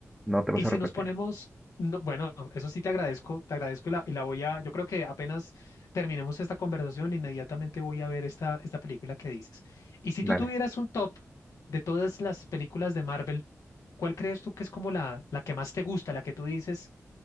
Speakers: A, in the centre; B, on the left.
A: No te vas
B: y si
A: a repetir.
B: nos ponemos, no, bueno, no, eso sí te agradezco, te agradezco y la, y la voy a, yo creo que apenas terminemos esta conversación, inmediatamente voy a ver esta, esta película que dices. Y si
A: Dale.
B: tú tuvieras un top de todas las películas de Marvel, ¿cuál crees tú que es como la, la que más te gusta, la que tú dices?